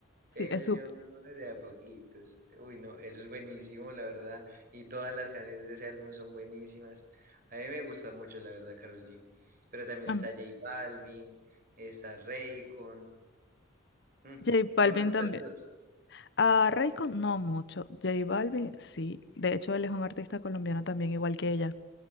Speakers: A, on the right; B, on the left.
A: pero
B: sí, es su...
A: yo me voy de a poquitos. Uy, no, eso es buenísimo, la verdad. Y todas las canciones de ese álbum son buenísimas. A mí me gusta mucho, la verdad, Karol G. Pero también
B: am-
A: está J Balvin, está Raycon. Mm,
B: J Balvin
A: ¿Conoces
B: también.
A: a los dos?
B: A Rayco no mucho, J Balvin sí, de hecho él es un artista colombiano también igual que ella.